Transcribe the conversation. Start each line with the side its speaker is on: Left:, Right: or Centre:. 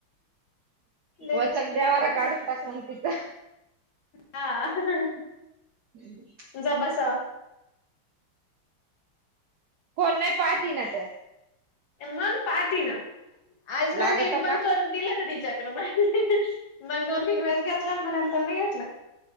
Left: लय
Right: वचक
Left: विचित्र
Right: देवारा
Left: काय माहिती
Right: काढून टाक म तीचा.
Left: हा
Right: <unintelligible>
Left: तुझ्या बसवा
Right: फोन नाही पाहती ना त्या.
Left: मंग पाहती ना, आज ना
Right: लागतो
Left: नेट बंद
Right: का?
Left: करून दिलं होत तिच्याक मंग दोन-तीन वेळेस घेतल अन म नंतर नाही घेतल.